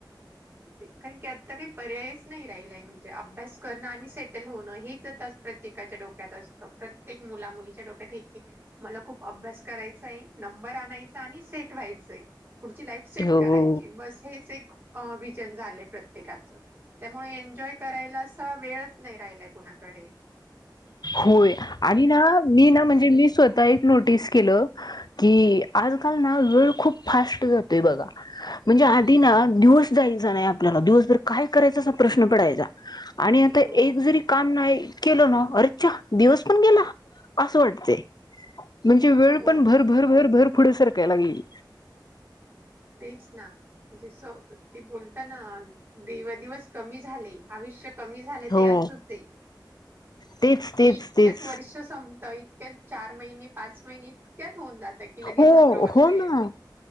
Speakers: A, on the right; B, on the left.
A: <unintelligible> तेे कारण की आता काही पर्यायच नाही राहिलाय म्हणजे अभ्यास करणं आणि सेटल होणं हेच आता प्रत्येकाच्या डोक्यात असतं प्रत्येक मुला मुलीच्या डोक्यात हे आहे की मला खूप अभ्यास करायचंय नंबर आणय च आणि सेट व्हायचंय पुढची लाईफ सेट
B: हो
A: करायची बस हेच एक विजन झालंय प्रत्येकाच त्यामुळे एन्जॉय करायला अस वेळच नाही राहिलाय कुणा कडे
B: होय आणि ना मी ना म्हणजे मी स्वतः एक नोटीस केलं की आजकाल ना वेळ खूप फास्ट जातोय बघा म्हणजे आधी ना दिवस जायचा नाही आपल्याला दिवसभर काय करायच असा प्रश्न पडायचा आणि आता
A: हो
B: एक जरी काम नाही केलं ना अरे दिवस पण गेला अस वाटतंय म्हणजे वेळ
A: हो
B: पण भर भर भर भर पुढे सरकायला लागली
A: तेच ना जस ते बोलता ना देव दििवस कमी झाले आवश्यक कमी झालं
B: हो
A: ते असच आहे
B: तेच तेच
A: की इतक्यात
B: तेच
A: वर्ष संपत इतक्यात चार महिने पाच महिने कथोऊ दता की
B: हो
A: लग दुसर वर्ष
B: हो ना
A: ये त